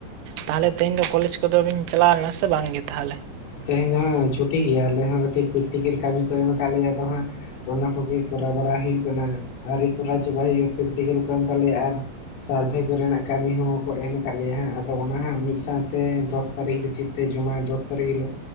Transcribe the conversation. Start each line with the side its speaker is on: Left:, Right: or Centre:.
Right: ᱛᱟᱦᱚᱞᱮ ᱛᱮᱦᱮᱧ ᱫᱚ ᱠᱚᱞᱮᱡᱽ ᱠᱚᱫᱚ ᱵᱤᱱ ᱪᱟᱞᱟᱣ ᱞᱮᱱᱟ ᱥᱮ ᱵᱟᱝᱜᱮ ᱛᱟᱦᱚᱞᱮ?
Left: ᱛᱮᱦᱮᱧ ᱫᱚ ᱦᱟᱸᱜ ᱪᱷᱩᱴᱤ ᱜᱮᱭᱟ ᱟᱞᱮ ᱦᱚᱸ ᱠᱟᱹᱴᱤᱡ ᱯᱨᱮᱠᱴᱤᱠᱮᱞ ᱠᱟᱹᱢᱤ ᱠᱚ ᱮᱢ ᱠᱟᱫ ᱞᱮᱭᱟ ᱟᱫᱚ ᱦᱟᱸᱜ ᱚᱱᱟ ᱠᱚᱜᱮ ᱠᱚᱨᱟᱣ ᱵᱟᱲᱟ ᱦᱩᱭᱩᱜ ᱠᱟᱱᱟ ᱟᱨᱨᱤ ᱠᱚᱨᱟᱣ ᱪᱟᱵᱟᱭ ᱦᱩᱭᱩᱜᱼᱟ, ᱯᱨᱮᱠᱴᱤᱠᱮᱞ ᱠᱚ ᱮᱢ ᱠᱟᱜ ᱞᱮᱭᱟ ᱟᱨ ᱥᱟᱨᱵᱷᱮ ᱠᱚᱨᱮᱱᱟᱜ ᱠᱟᱹᱢᱤ ᱦᱚᱸᱠᱚ ᱮᱢ ᱟᱠᱟᱫ ᱞᱮᱭᱟ ᱦᱟᱸᱜ ᱟᱫᱚ ᱚᱱᱟ ᱦᱟᱸᱜ ᱢᱤᱫ ᱥᱟᱶᱛᱮ ᱫᱚᱥ ᱛᱟᱹᱨᱤᱠᱷ ᱵᱷᱤᱛᱤᱨ ᱛᱮ ᱡᱚᱢᱟᱭ ᱫᱚᱥ ᱛᱟᱨᱤᱠ ᱦᱤᱞᱳᱜ